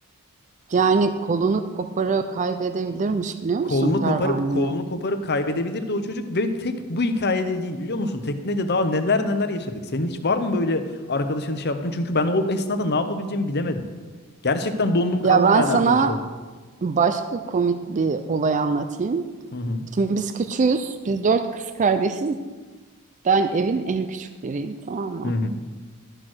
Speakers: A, on the right (about 35°); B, on the left (about 50°).
A: Yani kolunu koparı kaybedebilirmiş biliyor musun
B: kolunu
A: pervanede?
B: koparıp kolunu koparıp kaybedebilirdi o çocuk ve tek bu hikayede değil biliyor musun? Teknede daha neler neler yaşadık. Senin hiç var mı böyle arkadaşın iş yaptın? Çünkü ben o esnada ne yapabileceğimi bilemedim. Gerçekten dondum kaldım
A: Ya ben
B: yani
A: sana
B: arkadaşa bakıp.
A: başka komik bir olay anlatayım.
B: Hı hı.
A: Şimdi biz küçüğüz. Biz dört kız kardeşiz. Ben evin en küçükleriyim tamam mı?
B: Hı hı.